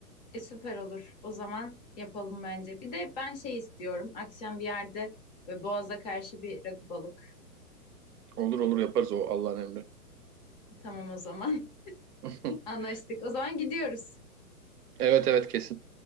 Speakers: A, on the left (about 25°); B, on the right (about 70°).
A: e, süper olur. O zaman yapalım bence. Bir de ben şey istiyorum, akşam bir yerde böyle Boğaz'a karşı bir rakı balık.
B: Olur olur yaparız o Allah'ın emri.
A: Tamam o zaman, <laughs>
B: <laughs>
A: anlaştık. O zaman gidiyoruz.
B: Evet evet kesin.